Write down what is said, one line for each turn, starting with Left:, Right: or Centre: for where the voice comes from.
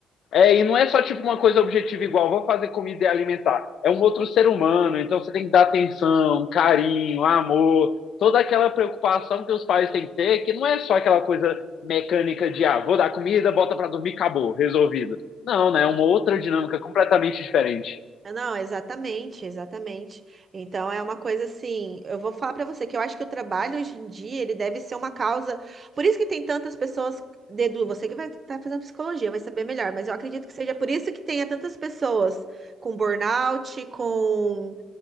Left: é, e não é só tipo uma coisa objetiva igual, vou fazer comida e alimentar. É um outro ser humano, então você tem que dar atenção, carinho, amor, toda aquela preocupação que os pais têm que ter, que não é só aquela coisa mecânica de ah, vou dar comida, bota para dormir, acabou, resolvido. Não, né? É uma outra dinâmica completamente diferente.
Right: Não, exatamente, exatamente. Então é uma coisa assim, eu vou falar pra você que eu acho que o trabalho hoje em dia, ele deve ser uma causa. Por isso que tem tantas pessoas dedu, você que vai estar fazendo psicologia, vai saber melhor, mas eu acredito que seja por isso que tenha tantas pessoas com burnout, com